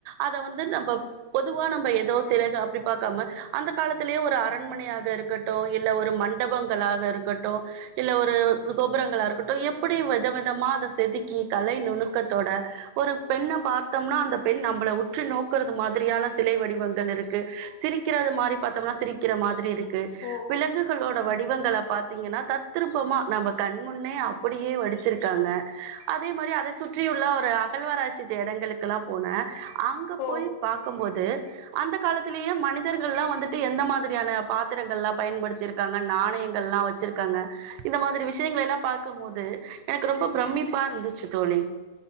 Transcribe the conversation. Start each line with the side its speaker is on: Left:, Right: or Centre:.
Right: அத வந்து நம்ப பொதுவா நம்ப ஏதோ சில காப் ப்டி பாக்காம அந்த காலத்துலேயே ஒரு அரண்மனையாக இருக்கட்டு இல்ல ஒரு மண்டபங்களாக இருக்கட்டு இல்ல ஒரு து கோபுரங்களா இருக்குட்டு எப்புடி வெத வெதமா அத செதுக்கி கலைணுனுக் க்கத்தோட ஒரு பெண்ண
Left: ம்
Right: பார்த்தம்னா அந்த பெண் நம் உங்கள உற்று நோக்குறது மாதிரியான சிலை வடிவங்கள் இருக்கு சிரிக்கிறதுமாரி பாத்தோம்னா சிரிக்கிற மாதிரி இருக் க்கு
Left: ஓ
Right: விலங்குகளோட
Left: சரி
Right: வடிவங்கள பாத் துங்கன்னா தத்துருப்பமா நம்ப கண்முன்னே அப்புடியே வடிச்சிருக்காங்க அதே மாரி அத சுற் ற்றியுள்ள ஒரு அகழ்வாராய்சி தேடங்களுக்கல்லா போனே அங்க
Left: ஓ
Right: போய் பாக்கும்போது அந்த காலத்துலேயே மனித் சித்தர்கள் ல்லா வந்துட்டு எந்த மாதிரியான பாத்தரங்கள்லா பயன்படுத்திருக்காங்க நாணயங்கள்ல்லா வச்சிருக்காங்க இந்த மாதிரி விஷயங்களலெல்லா பாக்கும்போது எனக்கு ரொம்ப பிரமிப்பா இருந்துச்சு தோழி